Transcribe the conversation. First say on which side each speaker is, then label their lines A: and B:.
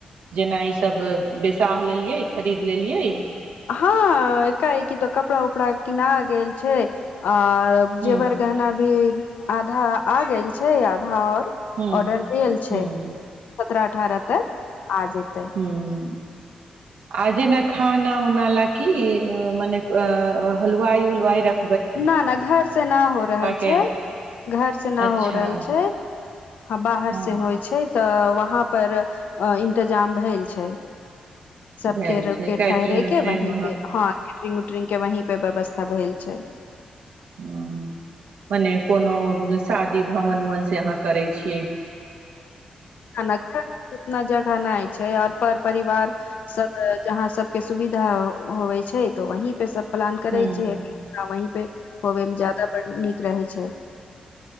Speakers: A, on the right (about 80°); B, on the left (about 70°).
A: जेनाई सब बेसाह लेलियै खरीद लेलियै
B: हँ एकाएकी तऽ कपड़ा उपड़ा किना गेल छै और
A: हूँ
B: जेवर गहना भी आधा आ गेल छै आधा आओर
A: हूँ
B: ऑर्डर देल छै
A: हूँ
B: सत्रह अठारह तक आ जेतै
A: हूँ आ जेना खाना उना ला की मने अ हलवाइ उलवाइ रख
B: न न घर से न हो रहल
A: के
B: छै घर से
A: अच्छा
B: न हो रहल छै हँ बाहर
A: हँ
B: से होइ छै तऽ वहाँ पर अ इंतजाम भेल छै सबके
A: भेल
B: रुके
A: छै कैटरिंग
B: ठहरे
A: उटरिंग
B: के वही पे हँ ट्रिंग के वहीं पे व्यवस्था भेल छै
A: ह मने कोनो शादी भवन उवन से अहाँ करै छी
B: घर उतना जगह नहि छै आओर पर परिवार सब जहाँ सबके सुविधा होवै छै तऽ वहीं पे सब प्लान करे
A: ह
B: छै आ वही पे होवे मे ज्यादा नीक रहे छै छै